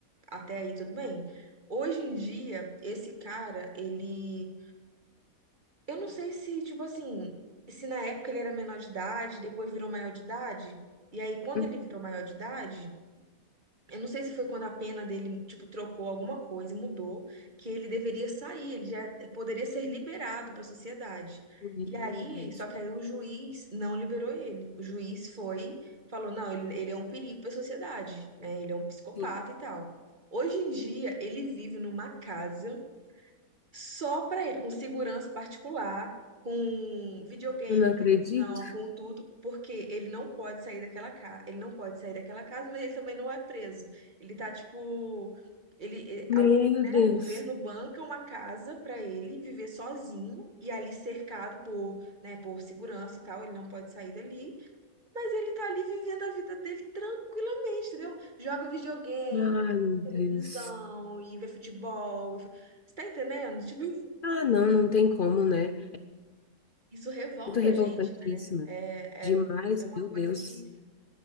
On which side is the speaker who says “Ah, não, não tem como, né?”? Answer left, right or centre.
Left